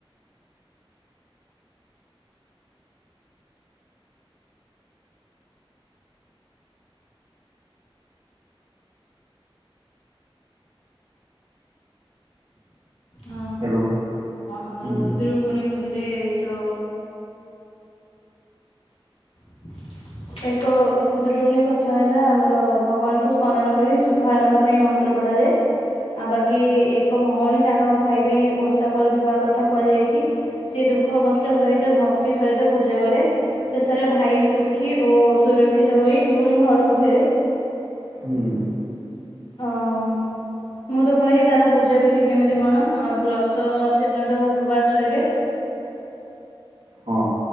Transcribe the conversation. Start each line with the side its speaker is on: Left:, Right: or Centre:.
Left: ହଁ
Right: ହ୍ୟାଲୋ
Left: ଆମର
Right: ହୁଁ
Left: ଖୁଦୁରୁକୁଣୀ ବହିରେ ତ? ଅଡିଓ ଟି ସଂପୂର୍ଣ୍ଣ ଖାଲି ଅଟେ। ଏକ ଖୁଦୁରୁକୁଣୀ କଥା ହେଲା ଆମର ଭଗବାନଙ୍କୁ ସ୍ମରଣ କରି ଶୁଭ ଆରମ୍ଭ ପାଇଁ ମନ୍ତ ମନ୍ତ୍ର ପଢ଼ାଯାଏ। ଆଉ ବାକି ଏକ ଭୋଉଣୀ ତାଙ୍କ ଭାଇ ପାଇଁ ଓଷା କରୁଥିବା କଥା କୁହାଯାଇଚି। ସିଏ ଦୁଃଖ କଷ୍ଟ ସହିତ ଭକ୍ତି ସହିତ ପୂଜା କରେ ଶେଷରେ। ଭାଇ ସୁଖୀ ଓ ସୁରକ୍ଷିତ ହୋଇ ପୁଣି ଘରକୁ ଫେରେ।
Right: ହୁଁ।
Left: ଅମ୍ ମୁଁ ତ କହିଲି ତାର ପୂଜା ବିଧି କେମିତି କଣ ଆଉ ବ୍ରତ ତ ସେଦିନତ ଉପବାସ ରହିବେ।
Right: ହଁ